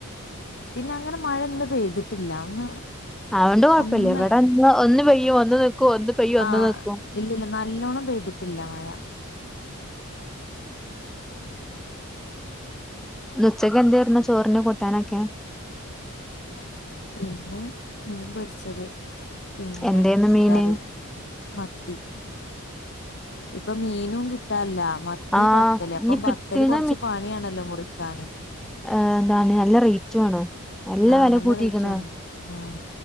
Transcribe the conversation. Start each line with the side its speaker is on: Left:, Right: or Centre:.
Left: പിന്നെ അങ്ങനെ മഴ ഇന്ന് പെയ്തിട്ടില്ല ഒന്ന്
Centre: അഓണ്ട് കൊഴപ്പല്ല
Left: ഒന്ന്
Centre: ഇവടെ ഒന്ന് പെയ്യും ഒന്ന് നീക്കും ഒന്ന് പെയ്യും ഒന്ന്
Left: ആഹ്
Centre: നിക്കും
Left: ഇല്ല ഇല്ല നല്ലോണം പെയ്തിട്ടില്ല മഴ
Centre: ഇന്ന് ഉച്ചയ്ക്ക് എന്തേരുന്നു ചോറിന് കൂട്ടാനൊക്കെ
Left: ഇന്ന് മീൻ പൊരിച്ചത് പിന്നെ
Centre: എന്തേന്നു മീന്
Left: കറി മത്തി ഇപ്പം മീനും കിട്ടാനില്ല മത്തി
Centre: ആഹ്
Left: ബത്തല് അപ്പം
Centre: ഇനി കിട്ടണ
Left: ബത്തല് കൊറച്ച് പണിയാണല്ലോ മുറിക്കാന്
Centre: ഏ എന്താണ് നല്ല റൈറ്റും ആണ് നല്ല
Left: ആഹ്
Centre: വെല കൂട്ടീക്ക്ണ്
Left: റേറ്റ് ആണ് ഉം